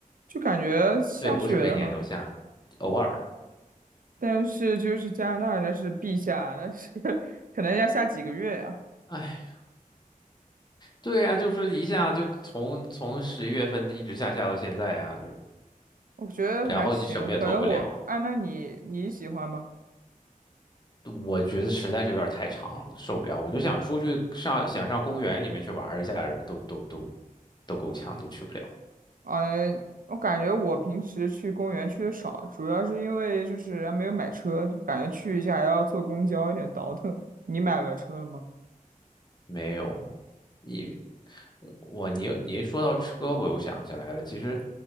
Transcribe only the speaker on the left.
对，不是每年都下，偶尔。
哎，对呀，就是一下就从从十一月份一直下下到现在啊，就
然后你什么也做不了，
我觉得实在是有点太长了，我就受不了，我就想出去上想上公园里面去玩一下，都都都都够呛，都去不了。
没有，你。我你你一说到车，我又想起来了。其实